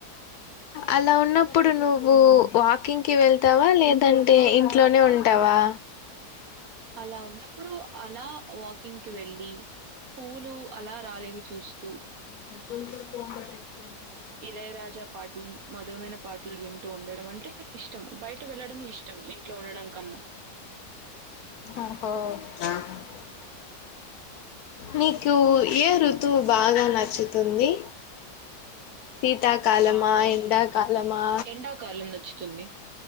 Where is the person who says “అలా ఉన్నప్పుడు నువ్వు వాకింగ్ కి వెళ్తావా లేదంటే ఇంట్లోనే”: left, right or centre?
Left